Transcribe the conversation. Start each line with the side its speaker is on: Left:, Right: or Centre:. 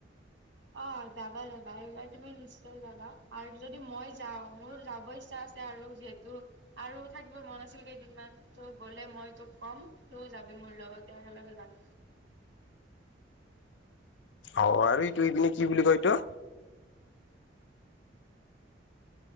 Right: অ যাবা যাবা এইবাৰ তুমি নিশ্চয় যাবা আৰু যদি মই যাওঁ মোৰো যাব ইচ্ছা আছে আৰু যিহেতু আৰু থাকিব মন আছিল কেইদিনমান ত গলে মই তোক কম তই যাবি মোৰ লগতে একেলগে যাম
Left: অ আৰু এইটো এইপিনে কি বুলি কয় এইটো